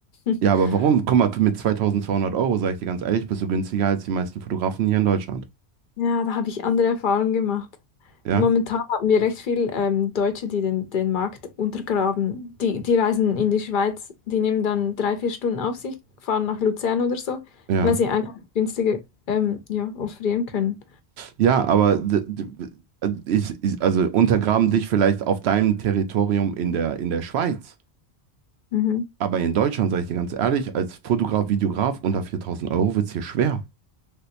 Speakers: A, on the left; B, on the right.
A: <laughs>
B: Ja, aber warum? Guck mal, mit 2200 Euro, sage ich dir ganz ehrlich, bist du günstiger als die meisten Fotografen hier in Deutschland.
A: Ja, da habe ich andere Erfahrungen gemacht.
B: Ja,
A: Momentan haben wir recht viel ähm, Deutsche, die den, den Markt untergraben. Die, die reisen in die Schweiz, die nehmen dann drei, vier Stunden auf sich, fahren nach Luzern oder so,
B: ja.
A: weil sie einfach günstiger ähm, ja, offerieren können.
B: Ja, aber d- d- ich, ich, also untergraben dich vielleicht auf deinem Territorium in der, in der Schweiz.
A: Mhm.
B: Aber in Deutschland, sage ich dir ganz ehrlich, als Fotograf, Videograf unter 4000 Euro wird es hier schwer.